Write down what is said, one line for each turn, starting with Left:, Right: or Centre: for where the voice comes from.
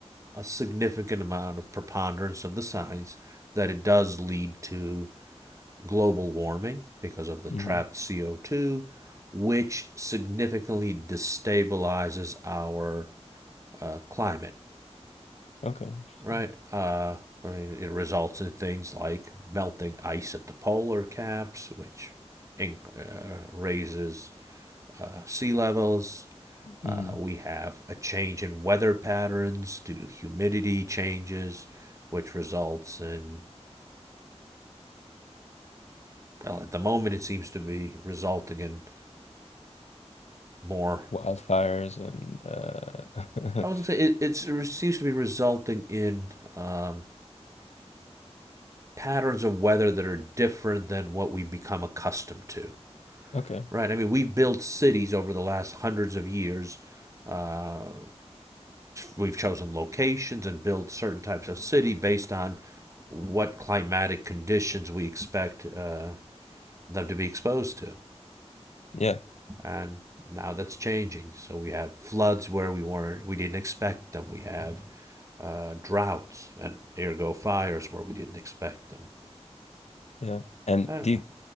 Right: a significant amount of preponderance of the science that it does lead to global warming because of the trapped
Left: hmm
Right: CO2, which significantly destabilizes our uh, climate,
Left: Okay. Interesting.
Right: right? Uh, I mean, it results in things like melting ice at the polar caps, which uh, raises uh, sea levels. Uh,
Left: hmm
Right: we have a change in weather patterns due to humidity changes, which results in, well, at the moment, it seems to be resulting in more
Left: Wildfires and uh,
Right: I was gonna say it, it's, it seems to be resulting in um, patterns of weather that are different than what we become accustomed to.
Left: <laughs> okay.
Right: Right? I mean, we've built cities over the last hundreds of years. Uh, we've chosen locations and built certain types of city based on what climatic conditions we expect uh, them to be exposed to.
Left: Yeah.
Right: and now that's changing. So we have floods where we weren't, we didn't expect them. We have uh, droughts and ergo fires where we didn't expect them.
Left: Yeah. And
Right: I don't
Left: do
Right: know.
Left: you,